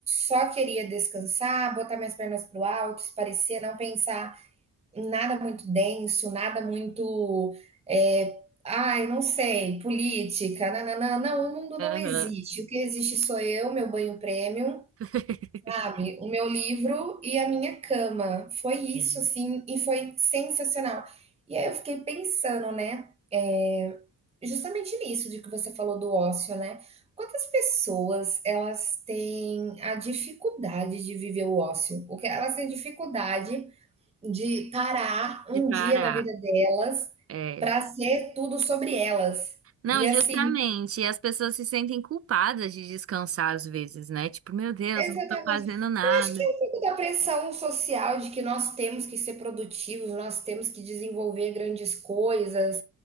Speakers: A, on the right; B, on the right.
A: só queria descansar, botar minhas pernas pro alto, espairecer, não pensar em nada muito denso, nada muito, eh, ai, não sei, política, nã, nã, Não, o mundo
B: Aham.
A: não existe. O que existe sou eu, meu banho premium
B: <laughs>
A: Sabe, o meu livro e a minha cama. Foi isso,
B: Sim.
A: assim, e foi sensacional. E aí eu fiquei pensando, né, eh, justamente nisso de que você falou do ócio, né. Quantas pessoas elas têm a dificuldade de viver o ócio? O que elas têm dificuldade de parar um
B: De parar.
A: dia da vida delas
B: É.
A: para ser tudo sobre elas.
B: Não,
A: E assim
B: justamente. E as pessoas se sentem culpadas de descansar às vezes, né? Tipo, meu Deus,
A: Exatamente.
B: não tô fazendo nada.
A: Eu acho que é um pouco da pressão social de que nós temos que ser produtivos, nós temos que desenvolver grandes coisas